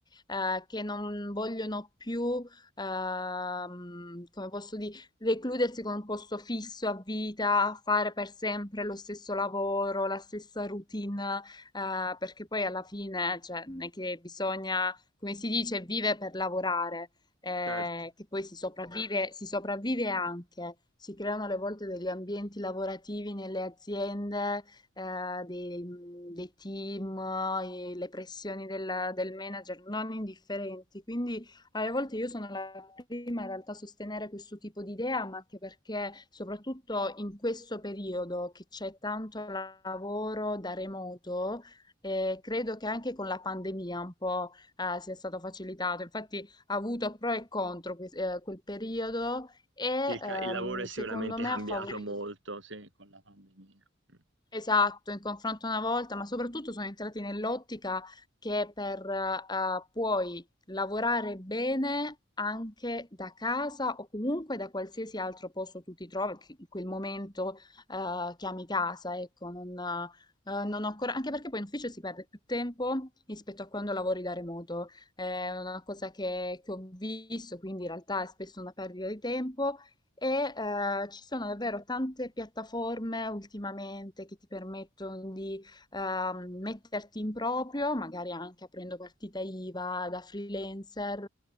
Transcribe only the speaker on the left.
eh, che non vogliono più, ehm, come posso dire, recludersi con un posto fisso a vita, fare per sempre lo stesso lavoro, la stessa routine, eh, perché poi alla fine, cioè, non è che bisogna, come si dice, vive per lavorare eh,
che poi si sopravvive, si sopravvive anche. Si creano alle volte degli ambienti lavorativi nelle aziende, eh, dei, dei team, eh, le pressioni del, del manager non indifferenti. Quindi alle volte io sono la prima in realtà a sostenere questo tipo di idea, ma anche perché soprattutto in questo periodo che c'è tanto lavoro da remoto, eh, credo che anche con la pandemia un po' eh, sia stato facilitato. Infatti ha avuto pro e contro que- eh, quel periodo e
ehm,
secondo me
ha favorito
Esatto, in confronto una volta, ma soprattutto sono entrati nell'ottica che per eh, puoi lavorare bene anche da casa o comunque da qualsiasi altro posto tu ti trovi, che in quel momento eh, chiami casa, ecco, non, eh, non ho ancora, anche perché poi in ufficio si perde più tempo rispetto a quando lavori da remoto. È una cosa che, che ho visto, quindi in realtà è spesso una perdita di tempo e eh, ci sono davvero tante piattaforme ultimamente che ti permettono di ehm, metterti in proprio, magari anche aprendo partita IVA da freelancer,